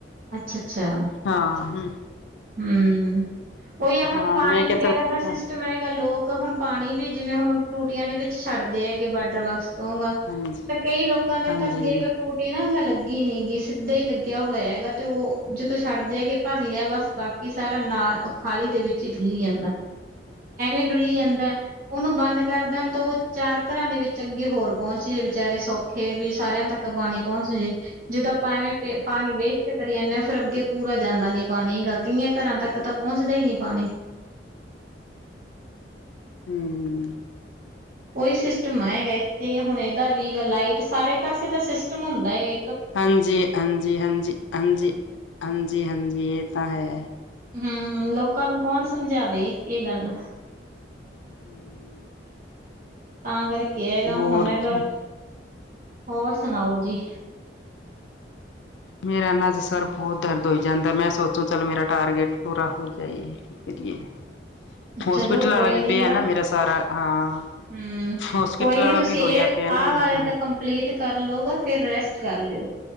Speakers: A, on the right; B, on the left.
A: ਅੱਛਾ-ਅੱਛਾ,
B: ਹਾਂ ਹੂੰ,
A: ਹੂੰ, ਉਹੀ ਆ ਹੁਣ
B: ਹਾਂ
A: ਪਾਣੀ
B: ਮੈਂ ਕਿਹਾ
A: ਵਗੈਰਾ
B: ਚੱਲ
A: ਦਾ
B: ਹਾਂ
A: ਸਿਸਟਮ ਐ ਗਾ ਲੋਕ ਹੁਣ ਪਾਣੀ ਵੀ ਜਿਵੇਂ ਹੁਣ ਟੂਟੀਆਂ ਦੇ ਵਿੱਚ ਛੱਡਦੇ ਹੈਗੇ ਵਾਟਰ ਬਕਸ ਊਗਾ,
B: ਹਾਂਜੀ
A: ਤੇ ਕਈ ਲੋਕਾਂ ਦੇ
B: ਹਾਂਜੀ
A: ਤਾਂ ਅੱਗੇ ਨਾ ਲੱਗੀ ਨੀ ਗੀ ਸਿੱਧਾ ਈ ਲੱਗਿਆ ਹੋਇਆ ਐ ਗਾ ਤੇ ਉਹ ਜਦੋਂ ਛੱਡਦੇ ਐ ਗੇ ਭਰ ਲਿਆ ਬਸ ਬਾਕੀ ਸਾਰਾ ਨਾਲ ਖਾਲੀ ਦੇ ਵਿੱਚ ਹੀ ਡੁੱਲੀ ਜਾਂਦਾ, ਐਵੇਂ ਡੁੱਲੀ
B: ਹੂੰ
A: ਜਾਂਦਾ। ਓਨੂੰ ਬੰਦ ਕਰ ਦੈਨ ਤੋ ਚਾਰ ਘਰਾਂ ਦੇ ਵਿੱਚ ਅੱਗੇ ਹੋਰ ਪਹੁੰਚ ਏ ਵਚਾਰੇ ਸੌਖੇ ਵੀ ਸਾਰੇਆਂ ਤੱਕ ਕ ਬਾਣੀ ਪੌਂਚ ਜੇ ਜਦੋਂ ਆਪਾਂ ਐਂਵੇਂ ਪੇ ਪਾਣੀ ਵੇਸਟ ਕਰੀ ਜਾਂਨੇ ਆਂ ਫੇਰ ਅੱਗੇ ਪੂਰਾ ਜਾਂਦਾ ਨੀ ਪਾਣੀ। ਗਲਤੀ ਐਂ ਘਰਾਂ ਤੱਕ ਤਾਂ ਪੌਂਚਦਾ ਈ ਨੀ ਪਾਣੀ।
B: ਹੂੰ।
A: ਓਈ ਸਿਸਟਮ ਐ ਹੈਗਾ ਏੱਕ ਤੇ। ਹੁਨ ਏਦਾ ਵੀ ਗ ਲਾਈਟ ਸਾਰੇ ਪਾਸੇ ਦਾ ਸਿਸਟਮ ਹੁੰਦਾ ਐ।
B: ਹਾਂਜੀ, ਹਾਂਜੀ, ਹਾਂਜੀ, ਹਾਂਜੀ, ਹਾਂਜੀ, ਹਾਂਜੀ ਏ ਤਾਂ ਹੈ।
A: ਹੂੰ, ਲੋਕਾਂ ਨੂੰ ਕੌਣ ਸਮਝਾਵੇ ਏਹ ਗੱਲ।
B: ਹੂੰ।
A: ਤਾਂ ਕਰਕੇ ਹੈਗਾ
B: ਹੋਰ
A: ਹੁਣ
B: ਜੀ
A: ਗ। ਹੋਰ ਸੁਣਾਓ ਜੀ?
B: ਮੇਰਾ ਨਾ ਅੱਜ ਸਰ ਬੋਹੋਤ ਦਰਦ ਹੋਈ ਜਾਂਦਾ, ਮੈਂ ਸੋਚੋ ਚੱਲ ਮੇਰਾ ਟਾਰਗੇਟ ਪੂਰਾ ਹੋ ਜਾਏ। ਹੋਸਪਿਟਲ
A: ਚਲੋ ਕੋਈ
B: ਆਲਾ ਵੀ
A: ਨੀ
B: ਪਿਐ
A: ਗਾ
B: ਨਾ ਮੇਰਾ ਸਾਰਾ, ਹਾਂ।
A: ਹੂੰ।
B: ਹੋਸਪਿਟਲ
A: ਕੋਈ ਨੀ
B: ਵਾਲਾ
A: ਤੁਸੀ
B: ਵੀ
A: ਏ,
B: ਹੋਇਆ ਪਿਆ ਨਾ
A: ਆ
B: ਮੇਰਾ
A: ਵਾਲੇ
B: ਹਾਂ
A: ਤਾਂ ਕੰਪਲੀਟ ਕਰ ਲਓਗਾ ਫੇਰ ਰੈਸਟ ਕਰ ਲੇਓ।